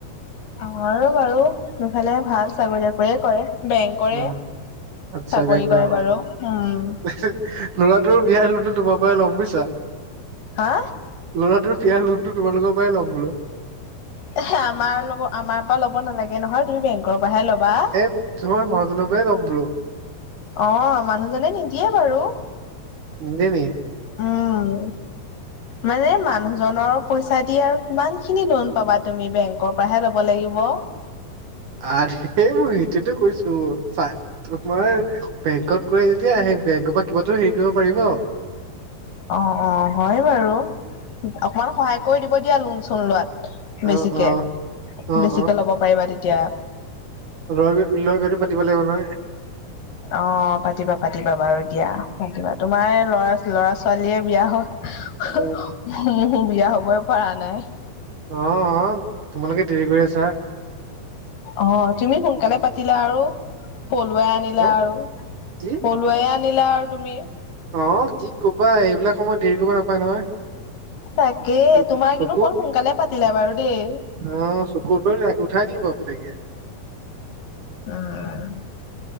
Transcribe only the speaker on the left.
আমাৰো বাৰু দুফালে ভাল চাকৰি তাকৰিয়ে কৰে। বেংকৰে
চাকৰি
কৰে বাৰু উম।
হা?
<unintelligible> আমাৰ লব আমাৰ পা ল'ব নালাগে নহয় তুমি বেংকৰ পৰাহে ল'বা?
অ মানুহজনে নিদিয়ে বাৰু।
উম মানে মানুহজনৰ- পইচা দি আৰু কিমান খিনি লোন পাবা তুমি বেংকৰ পৰাহে ল'ব লাগিব।
অ অ হয় বাৰু অকমান সহায় কৰি দিব দিয়া লোন চোন লোৱাত।
বেছিকে-বেছিকে
ল'ব পাৰিবা তেতিয়া।
অ পাতিবা-পাতিবা বাৰু দিয়া পাতিবা তোমাৰ ল'ৰা ল'ৰা ছোৱালীয়ে বিয়া হয়।
মোৰ বিয়া হবই পৰা নাই।
অ তুমি সোনকালে পাতিলা, আৰু পলুৱাই আনিলা
আৰু পলো-
পলোৱাই আনিলা আৰু তুমি।
তাকে
তোমাৰ
কিন্তু বহুত সোনকালে পাতিলো বাৰু দেই।
উম